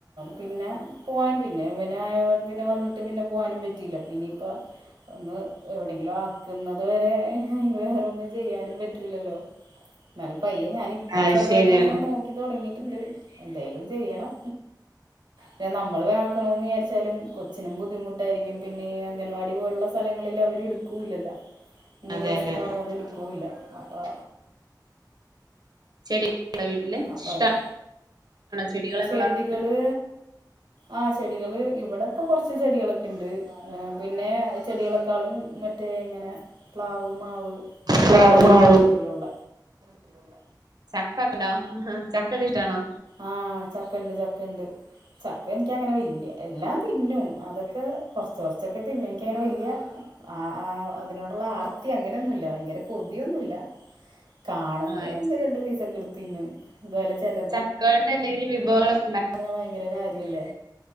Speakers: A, on the right; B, on the right.
A: പിന്നെ പൂവാൻ പിന്നെ ഇവൻ നായോണ്ട് പിന്നെ വന്നിട്ട് പിന്നെ പോവാനും പറ്റിയില്ല പിന്നയിപ്പൊ ഒന്ന് എവിടെങ്കിലും ആക്കുന്നത് വരെ വേറൊന്നും ചെയ്യാനും പറ്റില്ലല്ലോ എന്നാലും പയ്യെ ഞാനിപ്പ
B: അത്
A: ചെറുതായിട്ടൊക്കെ
B: ശരിയാണ്
A: ഇങ്ങനെ നോക്കി തുടങ്ങിയിട്ട്ണ്ട്‌. എന്തേലും ചെയ്യണം പിന്നെ നമ്മള് വേക്കണോന്ന് വിചാരിച്ച വച്ചാലും കൊച്ചിനും ബുദ്ധിമുട്ടായിരിക്കും. പിന്നെ ഈ അംഗൻവാടി പോലുള്ള സ്ഥലങ്ങളിൽ അവരെടുക്കൂല്ലല്ല. മൂന്ന്
B: അതെ
A: വയസൊക്കെ
B: അതെ
A: ആവാതെ എടുക്കൂല്ല അതാ.
B: ചെടി വീട്ടില്
A: അപ്പൊ
B: ഇഷ്ടാണോ
A: അത്
B: ചെടികളൊക്കെ
A: ചെടികള്.
B: വളർത്താൻ
A: ആ ചെടികൾ ഇവിടെ ഇപ്പ കൊർച്ച് ചെടികളൊക്കെണ്ട്. പിന്നെ ഇ ചെടികളക്കാളും മറ്റേ ഇങ്ങനെ പ്ലാവ് മാവ്.
B: പ്ലാവ്
A: അതൊക്കെയാണ്
B: മാവ്
A: കൂടുതലുള്ള
B: ചക്കണ്ടോ ചക്കക്കെ ഇഷ്ടാണോ?
A: ആഹ് ചക്കണ്ട് ചക്കണ്ട് ചക്ക എനിക്കങ്ങനെ വല്ല്യ ഇല്ല്യ. തിന്നും അതൊക്കെ കൊർച്ച് കൊറ്ച്ചൊക്കെ തിന്നും എനിക്കങ്ങനെ വല്യെ. ആ ആ അതിനോടുള്ള ആർത്തി അങ്ങനെയൊന്നുല്ല ഭയങ്കര കൊതിയൊന്നുല്ല. കാണുമ്പോ
B: ആ
A: ഒന്ന്
B: ശരി
A: രണ്ട് പീസക്കെടുത്തിന്നും എന്തായാലും ചെല
B: ചക്കകള്ടെ എന്തെങ്കിലും വിഭവങ്ങളെക്കെ.
A: പറഞ്ഞേ ഭയങ്കര കാര്യല്ലേ?